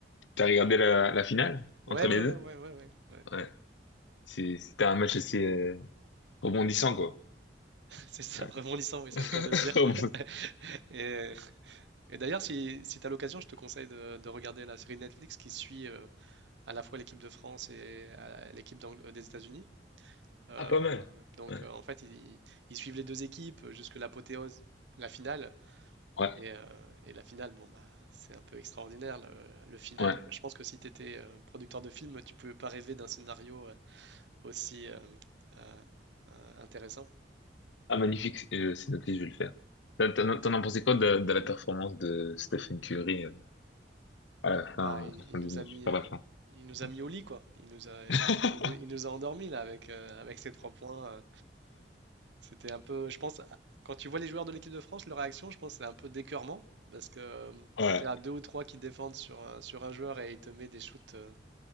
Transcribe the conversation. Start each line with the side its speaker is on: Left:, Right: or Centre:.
Left: T'as regardé la, la finale
Right: Ouais,
Left: entre
Right: ouais,
Left: les
Right: ouais,
Left: deux?
Right: ouais, ouais, ouais, ouais.
Left: Ouais. C'est- C'était un match assez euh, rebondissant, quoi.
Right: <laughs> C'est ça,
Left: Ouais.
Right: rebondissant, oui,
Left: <laughs>
Right: c'est le cas de le dire.
Left: Rebondissant.
Right: <laughs> Et, et d'ailleurs, si, si tu as l'occasion, je te conseille de, de regarder la série Netflix qui suit euh, à la fois l'équipe de France et euh, l'équipe d'Ang- euh, des États-Unis. Euh,
Left: Ah, pas mal.
Right: donc
Left: Ouais.
Right: euh, en fait, ils, ils suivent les deux équipes euh, jusque l'apothéose, la finale.
Left: Ouais.
Right: Et, euh, et la finale, bon, bah, c'est un peu extraordinaire. Le, le final,
Left: Ouais.
Right: je pense que si tu étais producteur de film, tu pouvais pas rêver d'un scénario euh, aussi euh, euh, euh, intéressant.
Left: Ah, magnifique. euh, C'est noté, je vais le faire. T'en t'en- t'en as pensé quoi de, de la performance de Stephen Curry euh, à la
Right: Bah,
Left: fin,
Right: il,
Left: à la fin
Right: il nous
Left: du match,
Right: a mis,
Left: vers
Right: euh,
Left: la fin?
Right: il nous
Left: Ouais.
Right: a mis au lit, quoi. Il nous a,
Left: <laughs>
Right: il nous a, il nous- il nous a endormis là avec, euh, avec ces trois points. euh, C'était un peu, je pense, quand tu vois les joueurs de l'équipe de France, leur réaction, je pense, c'est un peu d'écœurement. Parce que euh,
Left: Ouais.
Right: quand tu as deux ou trois qui défendent sur un, sur un joueur et il te met des shoots euh,